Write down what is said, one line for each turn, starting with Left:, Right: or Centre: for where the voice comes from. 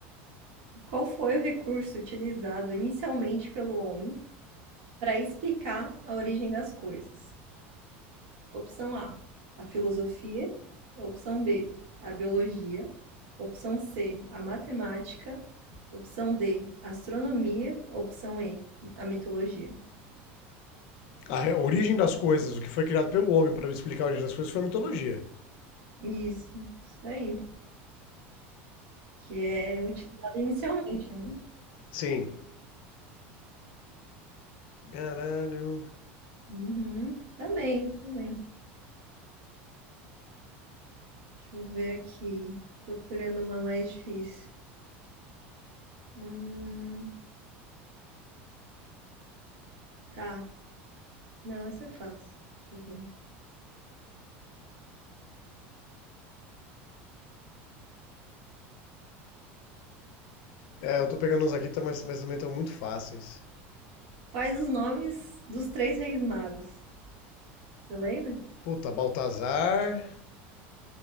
Right: Qual foi o recurso utilizado inicialmente pelo homem para explicar a origem das coisas. Opção A, a filosofia. Opção B, a biologia. Opção C, a matemática. Opção D, a astronomia. Opção E, a mitologia.
Left: A origem das coisas, o que foi criado pelo homem para explicar a origem das coisas, foi a mitologia.
Right: Isso, isso aí. Que é utilizado inicialmente, né?
Left: Sim. Caralho.
Right: Uhum, tá bem, tá bem. Deixa eu ver aqui. Procurando uma mais difícil. Hum, tá. Não, essa é fácil. Deixa eu ver.
Left: É, eu tô pegando uns aqui, tá, mas, mas também estão muito fáceis.
Right: Quais os nomes dos três reis magos? Você lembra?
Left: Puta, Baltazar.